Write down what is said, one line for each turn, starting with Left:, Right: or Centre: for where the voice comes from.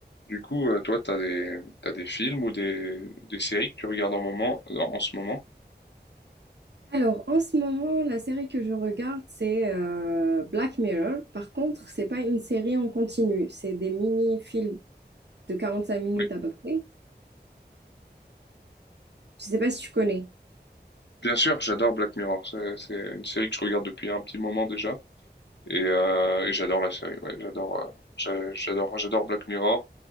Left: Du coup, euh, toi, t'as des, t'as des films ou des, des séries que tu regardes en moment, en, en ce moment?
Right: Alors, en ce moment, la série que je regarde, c'est euh, Black Mirror. Par contre, c'est pas une série en continu, c'est des mini-films de 45 minutes
Left: Oui.
Right: à peu près. Je sais pas si tu connais.
Left: Bien sûr, j'adore Black Mirror. C'est, c'est une série que je regarde depuis un petit moment déjà. Et, euh, et j'adore la série. Ouais, j'adore, euh, j'a- j'adore, j'adore Black Mirror.